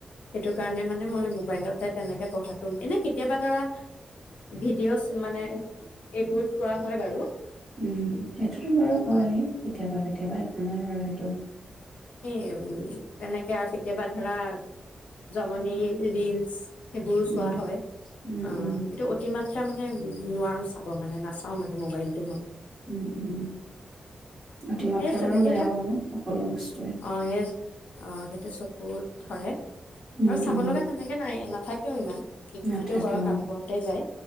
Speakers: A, on the left (about 85°); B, on the right (about 15°).
A: সেইটো কাৰণে মানে মই মোবাইলতে তেনেকে পঢ়াাটো এনে কেতিয়াবা ধৰা ভিডিঅ'ছ মানে এইবোৰ চোৱা
B: উম
A: হয় বাৰু
B: সেইটোতো বাৰু হয়
A: অ
B: কেতিয়াবা কেতিয়াবা একো নাই বাৰু সেইটো
A: উ তেনেকে আৰু কেতিয়াবা ধৰা জমনিৰ ৰিলচ- সেইবোৰ চোৱা
B: উম
A: হয়-
B: উম
A: আহ
B: উম
A: কিন্তু অতিমাত্ এয়া মানে নোৱাৰো চাব মানে নাচাও মানে মোবাইলটো মই।
B: উম উম অতিমাত্ৰা
A: সেই তেনেকে
B: বাৰু বেয়াও
A: থাকো
B: সকলো বস্তুৱে
A: অ সেই অ সেইটো চকুত ধৰে
B: উম
A: আৰু চাব
B: উম
A: লগা তেনেকে নাই এল থাকেও ইমান ইটো
B: নাথাকে
A: সিটো ঘৰৰ
B: অ
A: কাম কৰোতে যায়